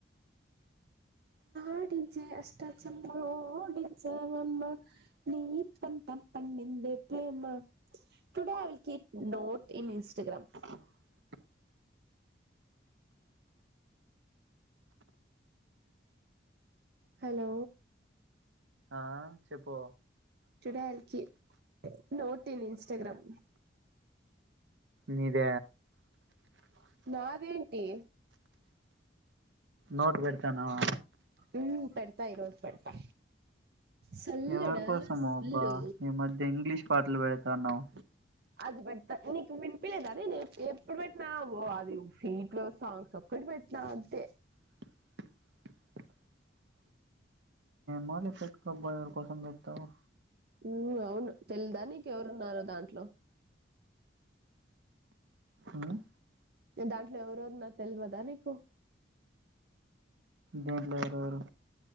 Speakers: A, on the right; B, on the right.
A: ఆడించే అష్ట చెమ్మా ఓడించవమ్మ నీ పంట పండి దే ప్లే మా today I will keep note in Instagram
B: <inaudible>
A: hello
B: ఆ చెప్పు
A: today I'll keep note in Instagram
B: నీద
A: నాదేంటి
B: నోట్ వేడ్ తనవా
A: ఉ పెడతా ఈరోజు పెడతా సల్లడా
B: ఎవరి కోసమో
A: సల్లు
B: అబ్బా ఈ మధ్య ఇంగ్లీష్ పాటలు పెడ్తన్నావ్
A: అది పెడుత నీకు వినిపిలేద అది నేను ఎప్పుడు పెట్టినా అది ఫీట్ లో సాంగ్స్ ఒక్కటి పెట్టి పెట్న అంతే
B: <inaudible> మార్నింగ్ పెట్టుకోబాయర్ కోసం పెడతావా
A: ఉమ్ అవును తెలిదా నీకెవరున్నారో దాంట్లో
B: ఉమ్
A: దాంట్లో ఎవరెవరు ఉన్నారు తెల్వదా నీకు
B: దేంట్లో ఎవరెవరు